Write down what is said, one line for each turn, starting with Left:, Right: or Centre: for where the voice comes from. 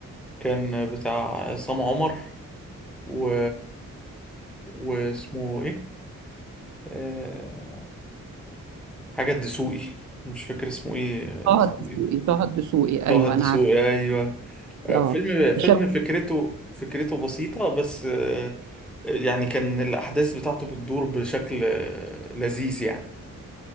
Centre: كان بتاع عصام عمر و واسمه ايه آه... حاجة الدسوقي مش فاكر اسمه ايه
Right: طه
Centre: الدسوقي
Right: الدسوقي طه الدسوقي
Centre: طه
Right: ايوه
Centre: الدسوقي
Right: انا عارف
Centre: ايوه آه،
Right: اه
Centre: فيلم فيلم
Right: شاب
Centre: فكرته فكرته بسيطة بس آه، يعني كان الأحداث بتاعته بتدور بشكل آه، لذيذ يعني